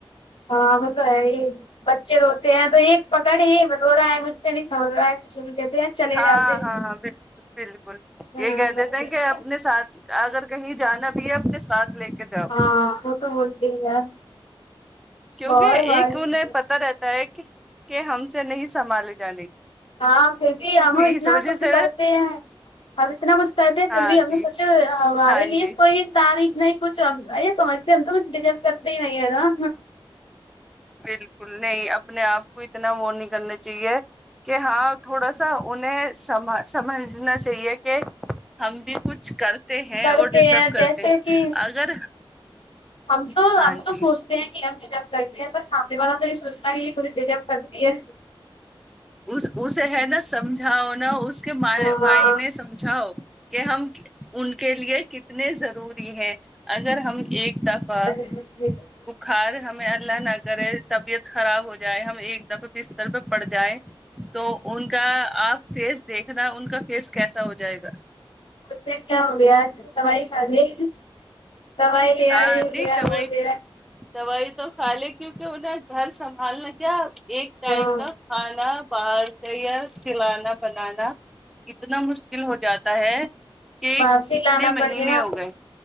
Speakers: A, on the left; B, in the centre.
A: ہاں وہ تو ہے ہی بچے روتے ہیں تو ایک پکڑ ہی رو رہا ہے مجھ نہیں سبھل رہا ہے ایسے چھوڈ کے بھی چلے
B: ہاں
A: جاتے
B: ہاں بالکل بالکل
A: <unintelligible>
B: یہ کہہ دیتے ہیں کہ اپنے ساتھ اگر کہیں جانا بھی ہے اپنے ساتھ لے کے جاؤ
A: ہاں وہ تو ہو تے ہی ہے
B: کیونکہ
A: شوہر ہمارے
B: ایک انہیں پتا رہتا ہے کہ کے ہم سے نہیں سنبھالے جانے
A: ہاں پھر بھی ہم
B: اس
A: اتنا
B: وجہ
A: کچھ
B: سے
A: کرتے ہیں اب اتنا کچھ کرتے
B: ہاں
A: پھر بھی ہمیں
B: جی
A: کچھ ہمارے
B: ہاں
A: لیے
B: جی
A: کوئی تعریف نہیں کچھ ا یہ سمجھتے ہیں ہم تو کچھ ڈیزرو کرتے ہی نہیں ہے نا
B: بالکل نہیں اپنے آپ کو اتنا وہ نہیں کرنا چاہیے کہ ہاں تھوڑا سا انہیں سمل سمجھنا چاہیے کہ ہم بھی کچھ کرتے ہیں
A: کرتے
B: اور ڈیزرو
A: ہیں
B: کرتے
A: جیسے
B: ہیں
A: کہ
B: اگر
A: ہم تو
B: ہاں
A: ہم تو
B: جی
A: سوچتے ہیں کے ہم جب کرتی ہیں بس سامنے والا تو یے سوچتا ہے کی یے ڈےذوف کرتی ہے
B: اس اسے ہے نا سمجھاؤنا اس کےماے
A: ہاں
B: مائنے سم سمجھاؤ کہ ہم ان کے لیے کتنے ضروری ہیں اگر ہم ایک دفعہ
A: جی جی
B: بخار ہمیں اللہ نہ کرے طبیعت خراب ہو جائے ہم ایک دفعہ بستر پے پڑ جائے تو ان کا آپ فیس دیکھنا ان کا فیس کیسا ہو جائے گا
A: اس سے کیا ہو گیا آج دوائی کھا لیے دوائی دے
B: ہاں
A: آ یے
B: نہیں
A: دے
B: دوائی
A: آ وہ دے آ
B: دوائی تو کھالے کیونکی انہیں گھر سنبھالنا کیا ایک ٹائم
A: ہاں
B: کا کھانا باہر سے یا کھلانا بنانا کتنا مشکل ہو جاتا ہے کے
A: واپسی
B: کتنے
A: لانا
B: مہینے
A: پڑے گا
B: ہو گئے